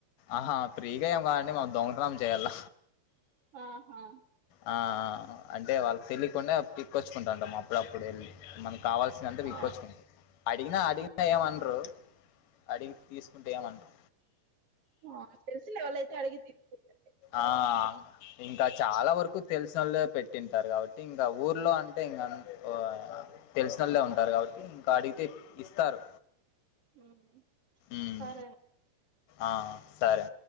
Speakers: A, on the left; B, on the right.
A: ఆహా ప్రీగా ఏం కాదండి మక్ దొంగటన్నాం చేయాల
B: ఆహా
A: ఆ అంటే వాళ్ళక్ తెలికుండా పిక్కొచ్చుకుంటా ఉంటాం అప్పుడప్పుడ్ ఎళ్ళి మనక్ కావాల్సినంత
B: ఆ
A: విక్కుచ్చుకుంటం అడిగినా అడిగి ఏమనరు అడిగి తీసుకుంటే ఏమనరు
B: వా తెలుసులే వాళ్ళైతే అడిగి తీ <inaudible>
A: ఆ ఇంకా చాలా వరకు తెలిసినోళ్లే పెట్టింటారు కావట్టి ఇంగా ఊర్లో అంటే ఇంగన్ వా తెలిసినోళ్లే ఉంటారు కావట్టి ఇంకా అడిగితే ఇస్తారు
B: ఉమ్
A: ఊమ్
B: సరే
A: ఆ సరే